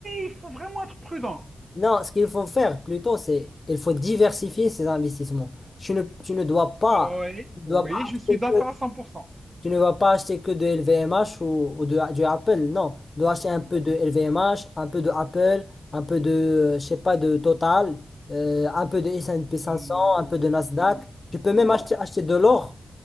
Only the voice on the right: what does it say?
il faut vraiment être prudent.
Ah Oui,
oui,
je
suis d'accord
à 100%.
Mm,
mm,
mm,
Voilà.